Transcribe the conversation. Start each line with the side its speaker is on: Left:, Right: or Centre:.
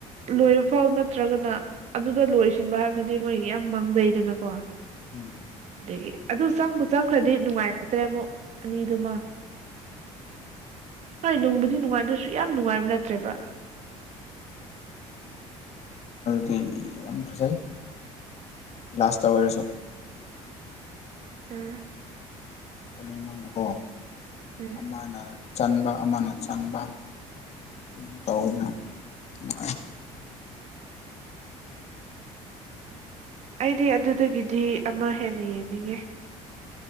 Right: ꯂꯣꯏꯕ ꯐꯥꯎ ꯅꯠꯇ꯭ꯔꯒꯅ ꯑꯗꯨꯗ ꯂꯣꯏꯁꯤꯟꯕ ꯍꯥꯏꯕꯗꯨꯗꯤ ꯃꯣꯏ ꯌꯥꯝ ꯃꯥꯡꯖꯩꯗꯅꯀꯣ
Left: ꯎꯝ
Right: ꯑꯗꯒꯤ ꯑꯗꯨ ꯆꯪꯕ ꯆꯪꯈ꯭ꯔꯗꯤ ꯅꯨꯡꯉꯥꯏꯔꯗ꯭ꯔꯦ ꯑꯃꯨꯛ ꯑꯅꯤꯗꯨꯃ ꯍꯣꯏ ꯅꯨꯡꯕꯨꯗꯤ ꯅꯨꯡꯉꯥꯏꯗꯁꯨ ꯌꯥꯝ ꯅꯨꯡꯉꯥꯏꯕ ꯅꯠꯇ꯭ꯔꯦꯕ
Left: ꯁꯤ ꯌꯥꯝ ꯐꯖꯩ ꯂꯥꯁꯇ ꯑꯣꯏꯔꯁꯨ
Right: ꯑꯥ
Left: ꯑꯅꯤꯃꯛꯅꯀꯣ
Right: ꯎꯝ
Left: ꯑꯃꯅ ꯆꯟꯕ ꯑꯃꯅ ꯆꯪꯕ ꯑꯗꯨꯝ ꯇꯧꯋꯗꯅ ꯅꯨꯡꯉꯥꯏ
Right: ꯑꯩꯗꯤ ꯑꯗꯨꯗꯒꯤꯗꯤ ꯑꯃ ꯍꯦꯟꯅ ꯌꯦꯡꯅꯤꯡꯉꯦ